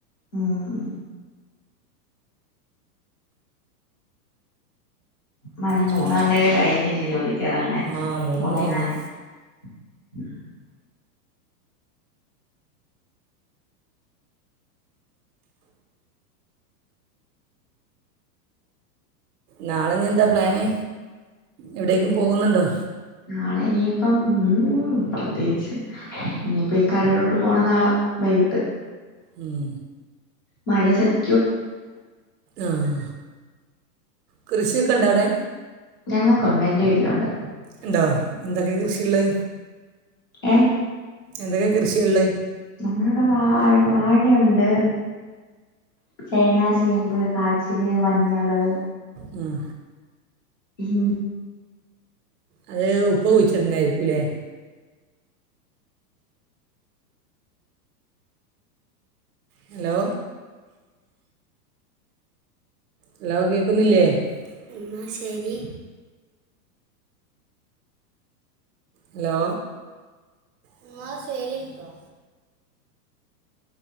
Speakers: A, on the left; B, on the right.
A: ആഹ മണി
B: കളിച്ചു
A: മൂന്നാണ്ടൊക്കെ കഴിഞ്ഞില്ലേ ജോലിക്ക് ഇറങ്ങ
B: ആ മൂന്ന്
A: മൂന്നേ
B: മണി
A: ഉ
B: കഴിഞ്ഞ്
A: <unintelligible>
B: നാളെ എന്താ പ്ലാന് എവിടേക്കും പോകുന്നുണ്ടോ
A: നാളെ ഇനിയിപ്പം ഉം പ്രത്യേകിച്ച് ഇനിയിപ്പ ഈ കടടോട്ട് പോണ നാളാ വൈകട്ട്
B: ഉ <unintelligible>
A: മഴ ചതി
B: ആഹ് കൃഷിയൊക്കെ ഉണ്ടോ അവിടെ
A: ഞങ്ങക്കുണ്ട് എന്റെ വീട്ടിലുണ്ട്
B: ഇണ്ടോ എന്തൊക്കെ കൃഷിയാ ള്ളേ?
A: ഏഹ്
B: എന്തൊക്കെ കൃഷിയാ ഒള്ളേ?
A: നമ്മളിവിടെ വാ വാഴയൊണ്ട് ചേന ചേമ്പ് കാച്ചില് മഞ്ഞള്
B: ഉം
A: ഉം
B: അത് ഉപ്പ കുഴിച്ചിട്ടുണ്ടായിരിക്കും ല്ലേ? ഹലോ ഹലോ കേക്കുന്നില്ലേ എന്നാ ശെരി ഹലോ എന്നാ ശരീട്ടോ